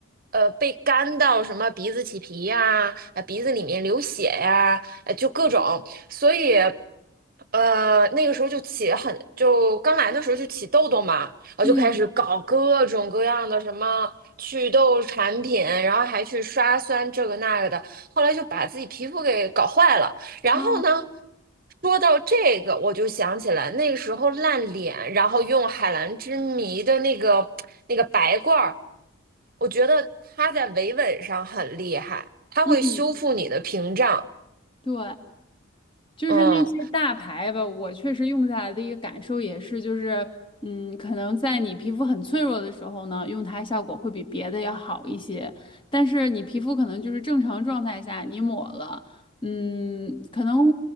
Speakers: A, on the right; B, on the left.
A: 呃，被干到什么鼻子起皮呀，呃，鼻子里面流血呀，呃，就各种，所以，呃，那个时候就起很，就刚来的时候就起痘痘嘛，然后就开始搞各种各样的什么祛痘产品，
B: 嗯
A: 然后还去刷酸这个那个的，后来就把自己皮肤给搞坏了，然后呢，
B: 啊，
A: 说到这个，我就想起来那个时候烂脸，然后用海蓝之谜的那个那个白罐儿，我觉得它在维稳上很厉害，它会修复你的屏障。
B: 嗯，对。就是那些大牌吧，
A: 嗯
B: 我确实用下来的一个感受也是，就是，嗯，可能在你皮肤很脆弱的时候呢，用它效果会比别的要好一些。但是你皮肤可能就是正常状态下，你抹了，嗯，可能